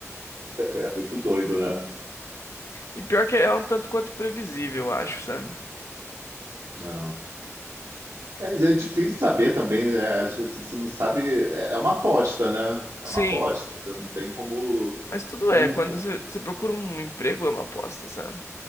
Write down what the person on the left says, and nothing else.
E pior que é um tanto quanto previsível, eu acho, sabe?
Sim,
mas tudo
é. Quando você, você procura um emprego, é uma aposta, sabe?